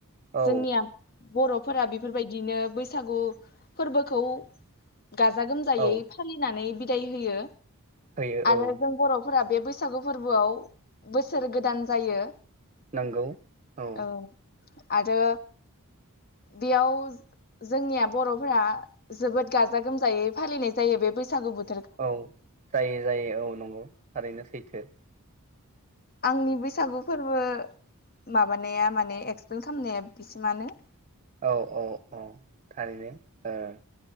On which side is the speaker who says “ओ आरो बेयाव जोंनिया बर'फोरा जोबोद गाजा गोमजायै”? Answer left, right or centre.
Left